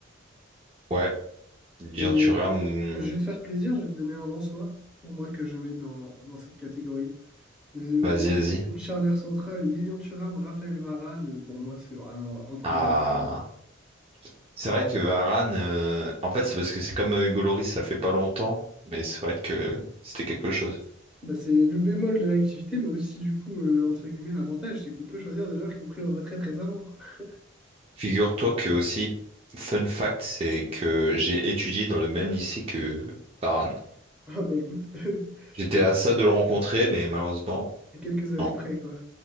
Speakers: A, on the right; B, in the centre.
A: ouais, Dur
B: Et
A: Thuram,
B: euh,
A: hum,
B: je vais te faire plaisir, je vais te donner un Lensois pour moi que je mets dans, dans cette catégorie. Euh,
A: vas-y,
B: Pour moi,
A: vas-y.
B: une charnière centrale, Lilian Thuram, Raphaël Varane, pour moi, c'est vraiment imprenable,
A: Ah,
B: quoi.
A: c'est vrai que Varane, euh, en fait, c'est parce que c'est comme euh, Hugo Lloris, ça fait pas longtemps, mais c'est vrai que c'était quelque chose.
B: Bah, c'est le bémol de l'activité, mais aussi, du coup, euh, entre guillemets, l'avantage, c'est qu'on peut choisir des joueurs qui ont pris leur retraite récemment. <laughs>
A: Figure-toi que aussi, fun fact, c'est que j'ai étudié dans le même lycée que Varane.
B: Ah bah écoute, <laughs>
A: J'étais
B: ex-
A: à ça de le rencontrer, mais malheureusement,
B: à quelques années
A: non.
B: près, quoi.